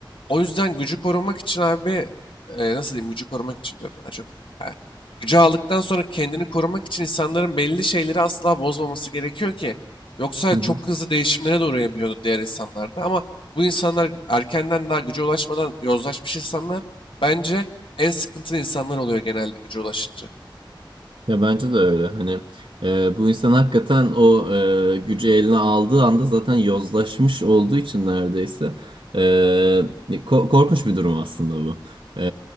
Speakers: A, on the left (about 80°); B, on the right (about 85°).
A: O yüzden gücü korumak için abi e, nasıl diyeyim gücü korumak için diyorum daha çok. Ha, gücü aldıktan sonra kendini korumak için insanların belli şeyleri asla bozmaması gerekiyor ki. Yoksa
B: hı
A: çok
B: hı.
A: hızlı değişimlere de uğrayabiliyordu diğer insanlarda. Ama bu insanlar erkenden daha güce ulaşmadan yozlaşmış insanlar bence en sıkıntılı insanlar oluyor genelde güce ulaşınca.
B: Ya bence de öyle. Hani e, bu insan hakikaten o e, gücü eline aldığı anda zaten yozlaşmış olduğu için neredeyse e, ko- korkunç bir durum aslında bu. E,